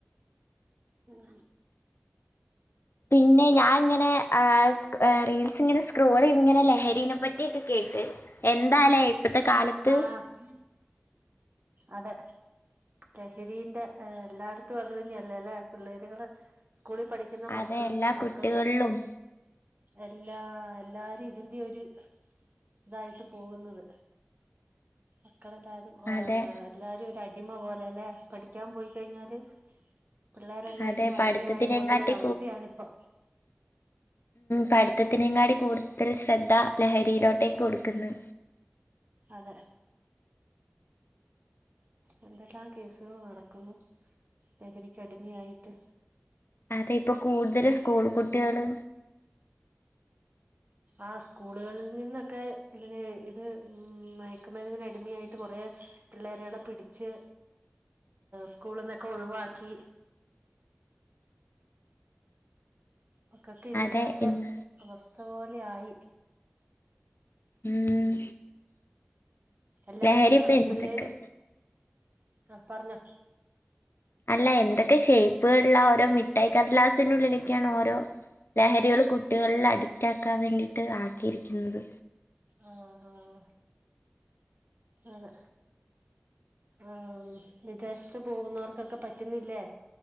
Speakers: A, on the right; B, on the left.
A: ഉം
B: പിന്നെ ഞാന് ഇങ്ങനെ ആഹ് ഏഹ് റീൽസ് ഇങ്ങനെ സ്ക്രോൾയ്യത് ഇങ്ങനെ ലഹരിനെ പറ്റിഓക്കെ കേട്ട് എന്താലേ ഇപ്പത്തെ കാലത്ത്
A: ആഹ് അതെ ലഹരിന്റെ എല്ലായിടത്തും അതുതന്നെയല്ലേ അല്ലേ പിള്ളേരികള് സ്കൂളിൽ പഠിക്ക പിന്നെ മക്ക
B: അതെ എല്ലാ
A: മക്കളും
B: കുട്ടികളിലും
A: എല്ലാ എല്ലാരും ഇതിന്റെ ഒരു ഇതായിട്ട് പോകുന്നത് മക്കളെല്ലാരും. ഓ
B: അതെ
A: എല്ലാരും ഒ അടിമ പോലെല്ലെ പഠിക്കാൻ പോയി കഴിഞ്ഞാല്. പിള്ളേരെല്ലാം
B: അതെ
A: ഇതിന
B: പഠിത്തത്തിനെങ്കാട്ടി
A: അടിമയായ പോലത്തെ ഒര അവസ്ഥയാണിപ്പോ.
B: പഠിത്തത്തിനകാടി കൂടുതൽ ശ്രദ്ധ ലഹരിയിലോട്ടേക്ക് കൊടുക്കുന്നു.
A: അതെ എന്തെല്ലാം കേസുകൾ നടക്കുന്നു. ലഹരിക്ക് അടിമയായിട്ട്.
B: അതെ ഇപ്പ കൂടുതൽ സ്കൂൾ കുട്ടികള്.
A: ആ സ്കൂളുകളിൽ നിന്നൊക്കെ ഇണി ഇത് ഇ മയക്ക് മരുന്നി ന് അടിമയായിട്ട്. കൊറേ പിള്ളേരോടെ പിടിച്ച് സ്കൂളിൽ നിന്നൊക്കെ ഒഴിവാക്കി. മ ക്കൊക്കെ ഇതില്ലാത്ത
B: അതെ ഇൻ-
A: അവസ്ഥ പോലെ ആയി.
B: ഉം
A: എല്ലായിടത്തും
B: ലഹരി ഇപ്പൊ എന്തൊക്കെ
A: പിള്ളേരും ആ പറഞ്ഞോ
B: അല്ല എന്തൊക്കെ ഷേപ്പ് കളില ഓരോ മിഠായി കടലാസിന്റെ ഉള്ളിലൊക്കെയാണ് ഓരോ ലഹരികള് കുട്ടികൾല് അഡിക്റ്റാക്കാൻ വേണ്ടിയിട്ട് ആക്കീര്ക്കുന്നത്.
A: ആഹ് ആഹ് അതെ ആഹ് വിദേശ്ത്ത് പോകുന്നവർക്കൊക്കെ പറ്റുന്നില്ലേ.